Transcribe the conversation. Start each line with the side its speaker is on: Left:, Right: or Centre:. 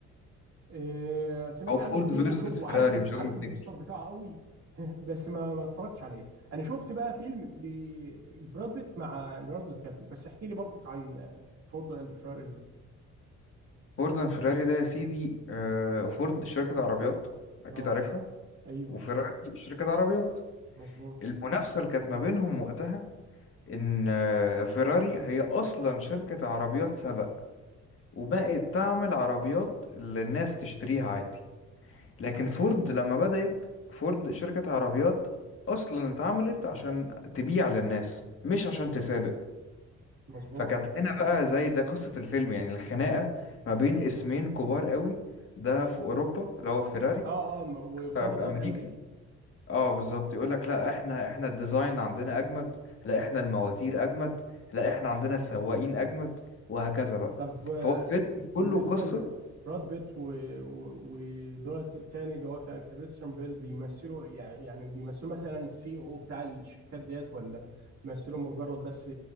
Right: آه، سمعت
Left: او فورد
Right: عنه كتير
Left: فيرسس
Right: وشو وعارف
Left: فيراري
Right: ال-
Left: مش
Right: عارف
Left: قادر افتكر
Right: البوستر بتاعه قوي <laughs> بس ما ما اتفرجتش عليه انا شفت بقى فيلم لبراد بيت مع ليوناردو دي كابريو بس احكي لي برضك عن آه، فورد اند فيراري ده
Left: فورد اند فيراري ده يا سيدي آه، فورد شركة عربيات اكيد
Right: اه
Left: عارفها
Right: ايوه
Left: وفيراري شركة عربيات
Right: مظبوط
Left: المنافسة اللي كانت ما بينهم وقتها ان آه، فيراري هي اصلا شركة عربيات سباق وبقت تعمل عربيات اللي الناس تشتريها عادي لكن فورد لما بدأت فورد شركة عربيات اصلا اتعملت عشان تبيع للناس مش عشان تسابق
Right: مظبوط
Left: فكانت هنا بقى زي ده قصة الفيلم يعني الخناقة ما بين اسمين كبار قوي ده في أوروبا اللي هو فيراري
Right: اه اه وفورد
Left: آه، في
Right: ضد
Left: أمريكا
Right: امريكا
Left: اه بالظبط يقول لك لا احنا احنا الديزاين عندنا أجمد لا احنا المواتير أجمد لا احنا عندنا السواقين أجمد وهكذا بقى
Right: طب آه،
Left: فهو الفيلم كله
Right: بالنسبة
Left: قصة
Right: لبراد بيت و- و- ودولت التاني اللي هو كان كريستيان بيل بيمثلوا يعني يعني بيمثلوا مثلا السي او بتاع الشركات ديت ولا بيمثلوا مجرد بس